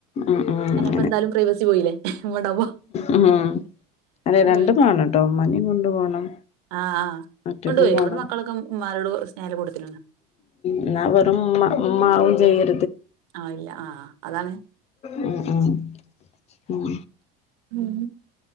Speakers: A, on the left; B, on the right.
A: ഉം ഉം
B: ഞാനപ്പോ
A: അങ്ങനെ
B: എന്തായാലും പ്രൈവസി പോയില്ലേ വടപോ
A: ഉം അതെ
B: അതന്നെ
A: രണ്ടും വാണട്ടോ ഉമ്മാനിം കൊണ്ട് പോണം
B: ആഹ് ആഹ്
A: ഒറ്റക്കും
B: കൊണ്ട് പോയി
A: പോണം
B: ഇവിടെ മക്കളൊക്കെ മമരോട് സ്നോന കൊടുത്തിലാണ്
A: എന്നാ വറ ഉമാ ഉമ്മാവും ചെയ്യും
B: ആ ഇല്ല ആഹ അതാണ്
A: ഉം ഉം ഉം
B: ഉം